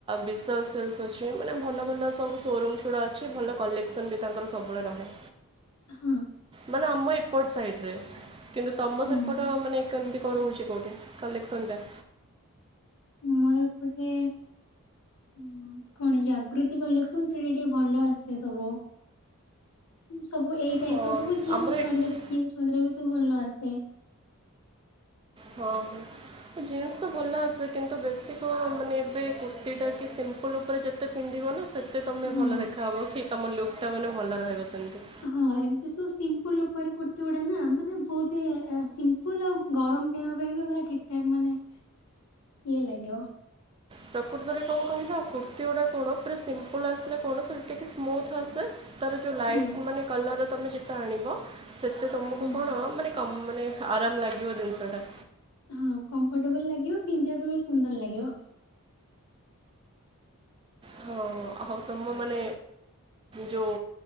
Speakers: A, on the right; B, on the left.
A: ଵିଶାଲ୍ ସେଲସ୍ ଭଲ ଭଲ ସବୁ ସୋରୁମସ୍ ଗୁଡା ଅଛି। ଅଛି ଭଲ କଲେକ୍ସନ୍ ବି ତାଙ୍କର ସବୁବେଳେ ରହେ।
B: ହଁ।
A: ମାନେ ଆମ ଏପଟ ସାଇଟରେ କିନ୍ତୁ ତମ
B: ହୁଁ
A: ସେପଟ ମାନେ କେମିତି କଣ ରହୁଛି କେଉଠି? ତ ଲେକ୍ସନ୍ଟା।
B: ମୋରପଟେ। ହ କଣ ଜାଗୃତି କଲେକ୍ସନ୍ ସେଟି ଟିକେ ଭଲ ଆସେ ସବୁ। ସବୁ ଏଇ ଟାଇପ
A: ହଁ
B: ର ସବୁ ଜିନ୍ସ
A: ଆମର
B: ସର
A: ଏଠି
B: ଜିନ୍ସ ଭ ବି ସବୁ ଭଲ ଆସେ।
A: ହଁ। ଜିନ୍ସ ତ ଭଲ ଆସେ କିନ୍ତୁ ବେଶୀ କଣ ମାନେ ଏବେ କୁର୍ତ୍ତୀଟା କି ସିମ୍ପଲ୍ ଉପରେ ଯେ ତେ ପିନ୍ଧିବ ନା ସେତେ ତମେ
B: ହଁ।
A: ଭଲ ଦେଖାହବ କି ତମ ଲୁକ୍ ଟା ମାନେ ଭଲ ରହିବ ସେମିତି।
B: ହଁ ଏମତି ସବୁ ସିମ୍ପଲ ଉପରେ କୁର୍ତ୍ତିୀ ଗୁଡା ନା ମାନେ ବହୁତି ସି ଫୁଲ ଆଉ ଗରମ ଦିନ ପାଇଁ ବି ପୁରା ଠିକ ଠାକ ମାନେ ଇଏ ଲାଗିବ।
A: ପ୍ରକୃତରେ କଣ କହିଲା କୁର୍ତ୍ତୀ ଗୁଡା କଣ ପୁରା ସିମ୍ପଲ ଆସିଲା କଣ ସେଠା ଟିକେ ସ୍ମୁଥ ଆସେ ତାର ଯୋଉ ଲାଇଟ୍
B: ହୁଁ
A: ମାନେ କଲର ତମେ ସେତେ ଆଣିବ ସେତେ ତମକୁ
B: ହଁ।
A: କଣ ମାନେ କ ମାନେ ଆରାମ ଲାଗିବ ଜିନିଷଟା।
B: ହଁ କମ୍ଫର୍ଟେବଲ ଲାଗିବ ପିନ୍ଧିବାକୁ ବି ସୁନ୍ଦର ଲାଗିବ।
A: ହଁ ହଉ ତମ ମାନେ ଯୋଉ